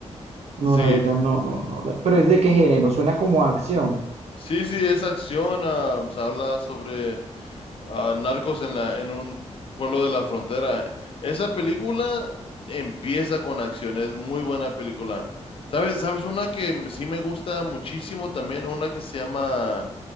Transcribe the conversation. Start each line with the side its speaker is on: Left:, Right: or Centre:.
Right: No,
Left: Sí,
Right: la verdad no, no, no. la- Pero es de qué género? Suena como a acción.
Left: sí, sí, es acción, ah, pues, habla sobre ah, Narcos en la, en un pueblo de la frontera. Esa película empieza con acción, es muy buena película. ¿Sabes? ¿Sabes una que m- sí me gusta muchísimo también? Una que se llama